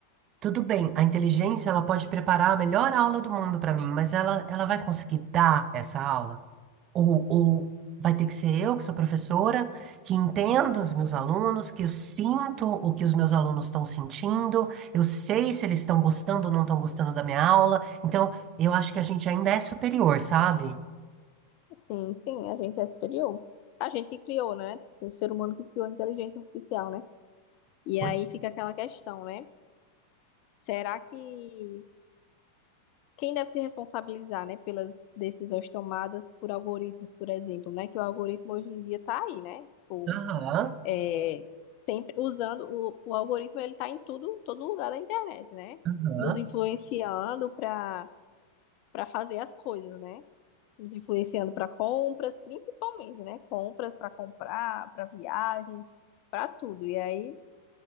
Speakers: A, on the right; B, on the left.
A: tudo bem, a inteligência ela pode preparar a melhor aula do mundo para mim, mas ela ela vai conseguir dar essa aula? Ou, ou vai ter que ser eu, que sou professora, que entendo os meus alunos, que eu sinto o que os meus alunos estão sentindo, eu sei se eles estão gostando ou não estão gostando da minha aula. Então, eu acho que a gente ainda é superior, sabe?
B: Sim, sim, a gente é superior. A gente que criou, né? Assim, o ser humano que criou a inteligência artificial, né? E
A: Pois,
B: aí fica aquela questão, né? Será que quem deve se responsabilizar, né, pelas decisões tomadas por algoritmos, por exemplo, né? Que o algoritmo hoje em dia tá aí, né? Tipo,
A: aham,
B: é, sempre usando o, o algoritmo, ele tá em tudo, todo lugar da internet, né?
A: aham,
B: Nos influenciando para para fazer as coisas, né? nos influenciando para compras, principalmente, né? Compras para comprar, para viagens, para tudo. E aí,